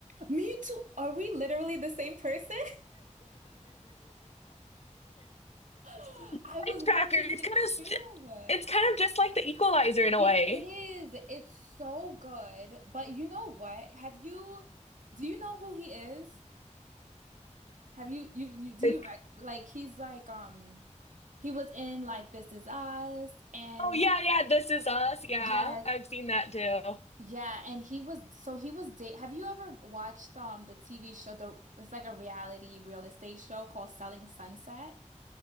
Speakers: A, on the right; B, on the left.
A: Me too. Are we literally the same person? <laughs> <gasps>
B: Life
A: I was watching
B: tracker. It's
A: it
B: kind of st-
A: too.
B: it's kind of just like the equalizer in a
A: It
B: way.
A: is. It's so good. But you know what? Have you, do you know who he is? Have you, you, you do
B: Like,
A: you rec like he's like um he was in like This Is Us and
B: oh yeah, yeah, this is us. Yeah,
A: yes,
B: I've seen that too.
A: yeah, and he was so he was date. Have you ever watched um the TV show the it's like a reality real estate show called Selling Sunset?